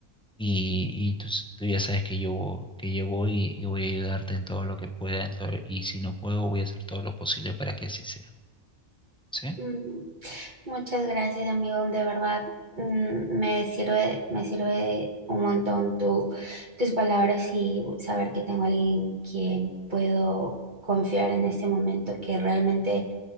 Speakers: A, in the centre; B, on the right.
A: Y, y tú, s- tú ya sabes que yo, que yo voy y voy a ayudarte en todo lo que pueda, en todo- y si no puedo, voy a hacer todo lo posible para que así sea. ¿Sí?
B: Mm, Muchas gracias, amigo. De verdad, mm, me sirve, me sirve un montón tu, tus palabras y saber que tengo a alguien que puedo confiar en este momento que realmente